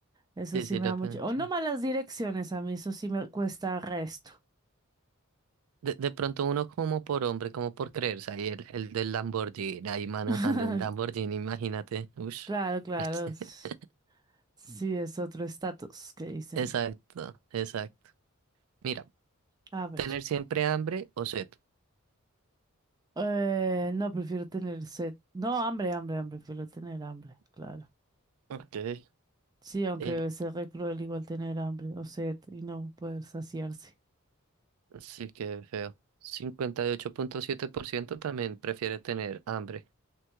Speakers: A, on the right; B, on the right.
A: Eso
B: Sí,
A: sí
B: sí
A: me
B: lo
A: da mucho.
B: pensé.
A: O no malas direcciones, a mí eso sí me cuesta resto.
B: De, de pronto uno como por hombre, como por creerse ahí, el, el del Lamborghini, ahí manejando
A: <laughs>
B: un Lamborghini, imagínate. Ush.
A: Claro, claro.
B: <laughs>
A: s- Sí, es otro estatus que dicen.
B: Exacto, exacto. Mira,
A: A ver.
B: tener siempre hambre o sed.
A: Eh, no, prefiero tener sed. No, hambre, hambre, hambre. Prefiero tener hambre, claro.
B: Ok.
A: Sí, aunque
B: El
A: debe ser re cruel igual tener hambre o sed y no poder saciarse.
B: Sí, que feo. cincuenta y ocho punto siete por ciento también prefiere tener hambre.